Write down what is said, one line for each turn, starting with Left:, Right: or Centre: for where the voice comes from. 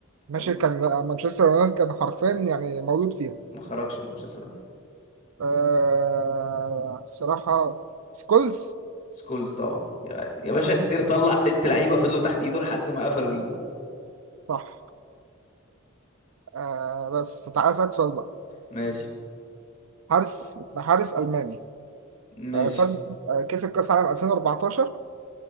Right: ماشي
Left: واضح.
Right: كان مانشستر يونايتد كان حرفيا يعني مولود فيها
Left: ما خرجش من مانشستر يونايتد
Right: آه الصراحه سكولز
Left: سكولز طبعا يا يا باشا السير طلع ست لعيبة فضلوا تحت ايده لحد ما قفلوا ال...
Right: صح آه بس تعالى اسالك سؤال بقى
Left: ماشي
Right: حارس حارس الماني
Left: ماشي
Right: آه، فاز آه، كسب كأس عالم 2014